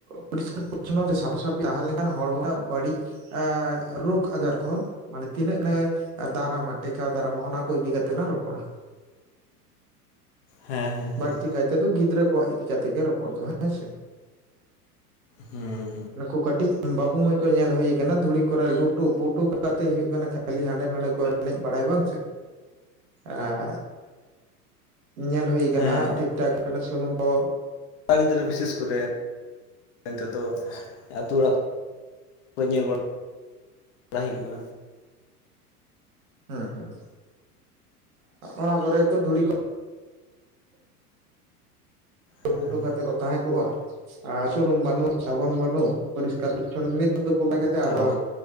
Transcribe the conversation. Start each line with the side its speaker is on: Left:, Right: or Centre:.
Right: ᱯᱚᱨᱤᱥᱠᱟᱨ ᱯᱚᱨᱪᱷᱚᱱᱚ <unintelligible> ᱥᱮ ᱥᱟᱯᱷᱟ ᱥᱟᱯᱷᱤ ᱛᱟᱦᱮᱸ ᱞᱮᱱᱠᱷᱟᱱ ᱦᱚᱲᱢᱚ ᱨᱮᱱᱟᱜ ᱵᱟᱹᱲᱤᱡ ᱨᱳᱜᱽ ᱟᱡᱟᱨ ᱠᱷᱚᱱ ᱢᱟᱱᱮ ᱛᱤᱱᱟᱹᱜ ᱫᱟᱨᱟᱢᱟ ᱴᱮᱠᱟᱣ ᱫᱟᱨᱟᱢᱟ ᱚᱱᱟ ᱠᱚ ᱤᱫᱤ ᱠᱟᱛᱮᱜ ᱞᱟᱝ ᱨᱚᱯᱚᱲᱟ
Left: ᱦᱮᱸ ᱦᱮᱸ
Right: ᱵᱟᱹᱲᱛᱤ
Left: ᱦᱮᱸ
Right: ᱠᱟᱭᱛᱮᱫᱚ ᱜᱤᱫᱽᱨᱟᱹ ᱠᱚᱣᱟᱜ ᱤᱫᱤ <unintelligible> ᱨᱚᱯᱚᱲ ᱫᱚ ᱦᱮᱸ ᱥᱮ
Left: ᱦᱮᱸ
Right: ᱱᱩᱠᱩ ᱠᱟᱹᱴᱤᱡ ᱵᱟᱹᱵᱩ ᱢᱟᱹᱭ ᱠᱚ ᱧᱮᱞ ᱦᱩᱭ ᱟᱠᱟᱱᱟ ᱫᱷᱩᱲᱤ ᱠᱚᱨᱮ ᱞᱩᱴᱩ ᱯᱩᱴᱩ ᱠᱟᱛᱮ ᱦᱩᱭᱩᱜ ᱠᱟᱱᱟ ᱠᱷᱟᱹᱞᱤ ᱦᱟᱸᱰᱮ ᱱᱟᱰᱮ ᱠᱚ ᱮᱱᱮᱡ ᱵᱟᱲᱟᱭᱟ ᱵᱟᱝ ᱥᱮ ᱟᱨ ᱧᱮᱞ ᱦᱩᱭ ᱟᱠᱟᱱᱟ
Left: ᱦᱮᱸ
Right: ᱴᱷᱤᱠ ᱴᱷᱟᱠ ᱥᱩᱱᱩᱢ ᱠᱚ
Left: ᱠᱟᱲᱟ ᱜᱤᱫᱽᱨᱟᱹ
Right: ᱦᱮᱸ
Left: ᱵᱤᱥᱮᱥ ᱠᱚᱨᱮ ᱱᱤᱛᱚᱜ ᱫᱚ ᱟᱛᱳ ᱚᱲᱟᱜ ᱧᱮᱞ ᱵᱟᱲᱟ ᱵᱟᱲᱟᱭ ᱦᱩᱭᱩᱜᱼᱟ
Right: ᱦᱩᱸ ᱦᱩᱸ ᱚᱱᱟ ᱠᱚᱨᱮ ᱠᱚ ᱫᱷᱩᱲᱤ ᱠᱚ ᱞᱩᱴᱩ
Left: ᱦᱮᱸ
Right: ᱯᱩᱴᱩ ᱠᱟᱛᱮᱫ ᱠᱚ ᱛᱟᱦᱮᱸ ᱠᱚᱜᱼᱟ ᱟᱨ ᱥᱩᱱᱩᱢ ᱵᱟᱹᱱᱩᱜ ᱥᱟᱵᱚᱱ ᱵᱟᱹᱱᱩᱜ ᱯᱚᱨᱤᱥᱠᱟᱨ ᱯᱚᱨᱤᱪᱷᱚᱱᱱᱚ ᱱᱤᱛ ᱛᱩᱯᱩ ᱠᱟᱛᱮᱜ
Left: ᱛᱚ
Right: ᱟᱨᱚ